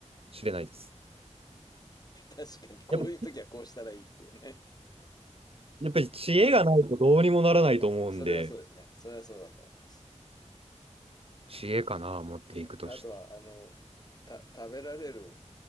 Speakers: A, on the right; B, on the left.
A: しれないです。
B: 確かに、こういう時はこうしたらいいっていうね。
A: やっぱ、やっぱり知恵がないとどうにもならないと思うんで、
B: もう、それはそうですね。それはそうだと思います。
A: 知恵かな、持っていくとした。
B: うん。あとは、あの、た、食べられる